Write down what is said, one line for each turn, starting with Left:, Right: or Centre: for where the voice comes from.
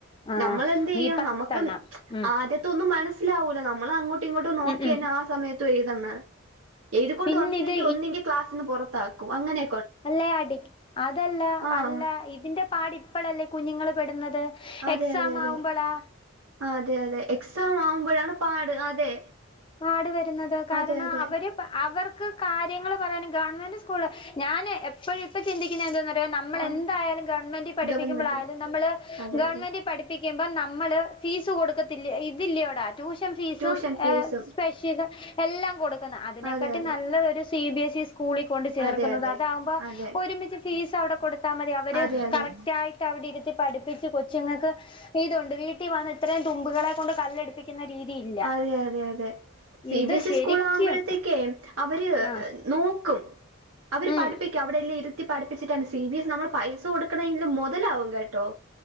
Left: ആ
Right: നമ്മൾ എന്ത് ചെയ്യും
Left: ഈ പത്തെണ്ണം
Right: നമുക്ക്
Left: ഉം
Right: ആദ്യത്തൊന്നും മനസ് സ്സിലാവൂല്ല നമ്മ നമ്മളങ്ങോട്ടും ഇങ്ങോട്ടും നോക്കി
Left: ഉം ഉം
Right: ആ സമയത്ത് <unintelligible> ഇത് കൊണ്ട്
Left: പിന്നെ
Right: വന്നില്ലെങ്കിൽ
Left: ഇത്
Right: ഒന്നിങ്കി ക്ലാസിന് പുറത്താക്കും അങ്ങനെ
Left: അല്ലെ അടിക്ക് അതല്ല
Right: ആഹ്
Left: അല്ല ഇതിന്റെ പാട് ഇപ്പഴല്ലേ കുഞ്ഞുങ്ങള് പെടുന്നത്
Right: അതെ
Left: എക്സാം
Right: അതെ അതെ
Left: ആവുമ്പളാ
Right: ആ അതെ അതെ എക്സാ ഉത്സവമാവുമ്പോഴാണ് പാട് അതെ
Left: പാടുവരുന്നത് കാരണം
Right: അതെ അതെ
Left: അവര് അവർക്ക് കാര്യങ്ങള് പറയാന് ഗവൺമെന്റ് സ്കൂള് ഞാൻ എപ്പോഴ് ഇപ്പോ ചിന്തിക്കുന്നത് എന്താന്ന് നമ്മൾ
Right: ആഹ്
Left: എന്തായാലും ഗവൺമെന്റ് പഠിപ്പിക്കുമ്പോളായാലും
Right: ഗവൺമെന്റ്
Left: നമ്മൾ
Right: അതെ
Left: ഗവൺമെന്റ്
Right: അതെ
Left: പഠിപ്പിക്ക യ്യുമ്പോ നമ്മള് ഫീസ് കൊടുക്കത്തില്ല ഇതില്ലയോടാ ട്യൂഷൻ ഫീസുംഏഹ്
Right: ട്യൂഷൻ ഫീസും
Left: എല്ലാം കൊടുക്ക അതിനെക്കാട്ടി
Right: അതെ അതെ
Left: നല്ല ഒരു സി ബി എസ് ഇസ് ഇ സ്കൂളിൽ കൊണ്ട് ചേർക്കുന്നത്
Right: അതെ അതെ
Left: അതാവുമ്പോ
Right: അതെ
Left: ഒരുമിച്ച് ഫീസ് ത്തവിടെ കൊടു ത്താൽ മതി അവര്
Right: അതെ അതെ
Left: കറക്റ്റ് ആയിട്ട് അവിടെ ഇരുത്തി പഠിപ്പിച്ച് കൊച്ചുങ്ങൾക്ക് ഇതുണ്ട് വീട്ടിൽ വന്ന് ഇത്രയും തുമ്പികളെ കൊണ്ട് കല്ലെടുപ്പിക്കുന്ന രീതി ഇല്ല
Right: അതെ അതെ അതെ സി
Left: ഇത്
Right: ബി എസ്
Left: ശരിക്കും
Right: ഇ സ്കൂള് ആക്മ്പോഴത്തേക്കേ ഉം അവര്
Left: ആഹ്
Right: നോക്കും അവര്
Left: ഉം
Right: പഠിപ്പിക്കും അവടെയല്ലാം ഇ പഠിപ്പിച്ചിട്ടാണ് സി ബി എസ് നമ്മള് പൈസ കൊടുക്കെണമെങ്കിലും മൊതലാവും കേട്ടോ